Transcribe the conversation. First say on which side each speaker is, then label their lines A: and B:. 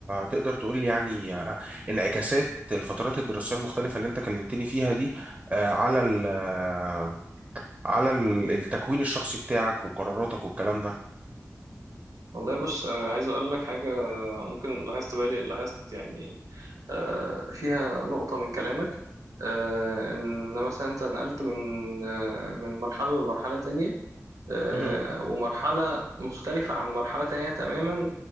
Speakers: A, on the right (about 25°); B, on the right (about 90°).
A: تقدر تقول لي يعني آه، انعكاسات الفترات الدراسية المختلفة اللي أنت كلمتني فيها دي آه، على ال آه،
B: مم.
A: على ال- التكوين الشخصي بتاعك وقراراتك والكلام ده
B: والله بص آه، عايز اقول لك حاجه آه، ممكن لاحظت بالي لاحظت يعني آه، فيها نقطه من كلامك آه، ان مثلا انت نقلت من آه، من مرحله لمرحله تانية آه،
A: مهم،
B: ومرحله مختلفه عن مرحله تانية تماما